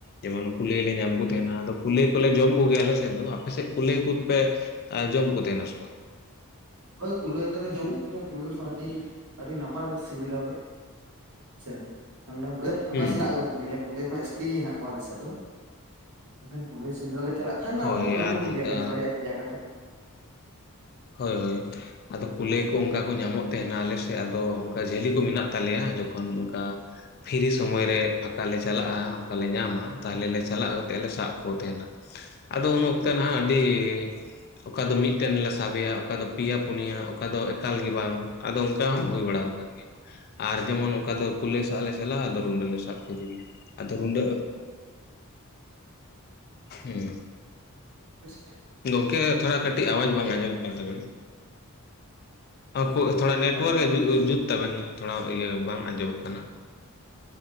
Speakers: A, on the left; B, on the right.
A: ᱡᱮᱢᱚᱱ ᱠᱩᱞᱟᱹᱭ ᱞᱮ ᱧᱟᱢ ᱠᱚ ᱛᱟᱦᱮᱸᱱᱟ ᱟᱫᱚ ᱠᱩᱞᱟᱹᱭ ᱠᱚᱞᱮ ᱡᱚᱢ ᱠᱚᱜᱮᱭᱟ ᱟᱞᱮ ᱥᱮᱫ ᱫᱚ, ᱟᱯᱮ ᱥᱮᱫ ᱠᱩᱞᱟᱹᱭ ᱠᱩ ᱯᱮ ᱟ ᱡᱚᱢ ᱠᱩ ᱛᱟᱦᱮᱱᱟ ᱥᱮ ᱵᱟ?
B: ᱦᱳᱭ ᱠᱩᱞᱟᱹᱭ ᱫᱚᱞᱮ ᱡᱚᱢ ᱠᱚᱜᱮᱭᱟ ᱠᱩᱞᱟᱹᱭ ᱢᱟ ᱟᱹᱰᱤ ᱟᱹᱰᱤ ᱱᱟᱯᱟᱭ ᱠᱚ ᱥᱤᱵᱤᱞᱟ ᱦᱳ <unintelligible> ᱚᱠᱟ
A: ᱦᱩᱸ
B: ᱥᱮᱱᱟᱜ ᱭᱮᱞᱮ ᱠᱚᱞᱮᱡᱽ ᱡᱟᱹᱥᱛᱤ ᱜᱮ ᱦᱮᱱᱟᱜ ᱠᱚᱣᱟ ᱟᱞᱮᱥᱮᱫ ᱫᱚ ᱮᱱᱠᱷᱟᱱ ᱠᱩᱞᱟᱹᱭ ᱥᱮᱸᱫᱽᱨᱟ ᱞᱮ ᱪᱟᱞᱟᱜ ᱠᱷᱟᱱ
A: ᱦᱳᱭ
B: ᱚᱱᱟ ᱦᱚᱸ ᱟᱹᱜᱩ
A: ᱟᱨ
B: ᱠᱚᱜᱮ
A: ᱱᱚᱝᱠᱟ
B: ᱭᱟᱞᱮ ᱵᱟᱨᱭᱟ ᱯᱮᱭᱟ ᱠᱟᱛᱮᱜ,
A: ᱦᱳᱭ ᱦᱳᱭ ᱟᱫᱚ ᱠᱩᱞᱟᱹᱭ ᱠᱚ ᱚᱝᱠᱟ ᱠᱚ ᱧᱟᱢᱚᱜ ᱛᱮᱦᱮᱱᱟ ᱟᱞᱮ ᱥᱮᱫ ᱟᱫᱚ ᱚᱝᱠᱟ ᱡᱷᱟᱹᱞᱤ ᱠᱚ ᱢᱮᱱᱟᱜ ᱛᱟᱞᱮᱭᱟ ᱡᱚᱠᱷᱚᱱ ᱚᱝᱠᱟ ᱯᱷᱤᱨᱨᱤ ᱥᱚᱢᱚᱭ ᱨᱮ ᱯᱷᱟᱸᱠᱟ ᱞᱮ ᱪᱟᱞᱟᱜ-ᱟ ᱚᱝᱠᱟ ᱞᱮ ᱧᱟᱢᱟ ᱛᱟᱦᱚᱞᱮ ᱞᱮ ᱪᱟᱞᱟᱜ ᱠᱟᱛᱮᱜ ᱞᱮ ᱥᱟᱵ ᱠᱚ ᱛᱮᱦᱮᱱᱟ᱾ ᱟᱫᱚ ᱩᱱ ᱚᱠᱛᱮ ᱱᱟᱦᱜ ᱟᱹᱰᱤ ᱚᱠᱟ ᱫᱚ ᱢᱤᱫᱴᱮᱱ ᱥᱟ ᱥᱟᱵᱮᱭᱟ ᱚᱠᱟ ᱫᱚ ᱯᱮᱭᱟ ᱯᱩᱱᱭᱟ ᱚᱠᱟ ᱫᱚ ᱮᱠᱟᱞ ᱜᱮ ᱵᱟᱝ ᱟᱫᱚ ᱚᱝᱠᱟ ᱦᱚᱸ ᱦᱩᱭ ᱵᱟᱲᱟᱣ ᱟᱠᱟᱱ ᱜᱮᱭᱟ᱾ ᱟᱨ ᱡᱮᱢᱚᱱ ᱚᱠᱟ ᱫᱚ ᱠᱩᱞᱟᱹᱭ ᱥᱟᱜ ᱞᱮ ᱪᱟᱞᱟᱜ-ᱟ ᱟᱫᱚ ᱨᱩᱸᱰᱟᱹ ᱞᱮ ᱥᱟᱵ ᱠᱮᱫᱮᱜᱤ ᱟᱫᱚ ᱨᱩᱰᱟᱹ ᱦᱩᱸ
B: ᱯᱳᱭᱥᱟ
A: ᱜᱚᱝᱠᱮ ᱛᱷᱚᱲᱟ ᱠᱟᱹᱴᱤᱡ ᱟᱣᱟᱡᱽ ᱵᱟᱝ ᱟᱸᱡᱚᱢᱚᱜ ᱠᱟᱱ ᱛᱟᱵᱮᱱᱟ ᱟᱹᱠᱩ ᱛᱷᱚᱲᱟ ᱱᱮᱴᱚᱣᱟᱨᱠ
B: ᱦᱮᱞᱳ
A: ᱮ ᱡᱩᱛ ᱛᱟᱵᱮ ᱛᱷᱚᱲᱟ ᱤᱭᱟᱹ ᱵᱟᱝ ᱟᱸᱡᱚᱢᱚᱜ ᱠᱟᱱᱟ